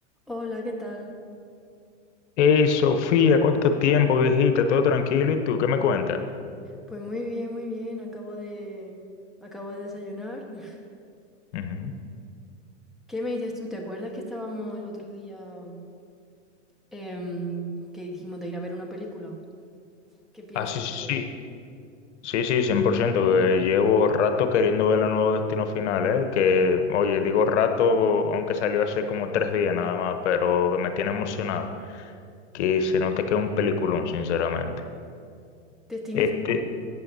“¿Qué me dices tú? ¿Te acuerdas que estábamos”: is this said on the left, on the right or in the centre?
Centre